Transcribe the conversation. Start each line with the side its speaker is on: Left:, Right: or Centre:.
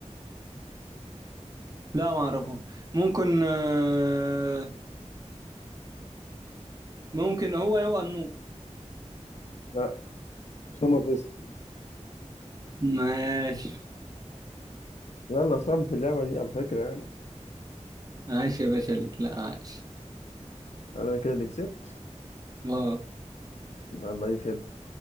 Right: لا ما اعرفه ممكن آه، ممكن هو يبقى النور
Left: لا أسامة فيصل
Right: ماشي
Left: لا لا صعب في اللعبة دي على فكرة يعني
Right: عاش يا باشا ليك لا عاش
Left: أنا كده اللي كسبت
Right: ما
Left: يلا أي خدمة